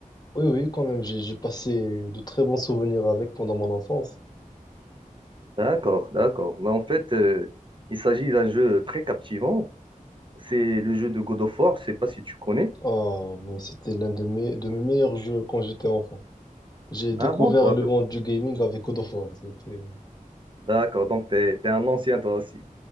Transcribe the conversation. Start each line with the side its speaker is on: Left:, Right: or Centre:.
Left: Oui, oui, quand même, j'ai j'ai passé de très bons souvenirs avec pendant mon enfance.
Right: D'accord, d'accord. Mais en fait, euh, il s'agit d'un jeu très captivant. C'est le jeu de God of War. Je sais pas si tu connais.
Left: Ah, mais c'était l'un de mes de mes meilleurs jeux quand j'étais enfant. J'ai découvert
Right: Ah bon, toi,
Left: le
Right: t-
Left: monde du gaming avec God of War. C'était
Right: d'accord. Donc, tu es, un ancien, toi aussi.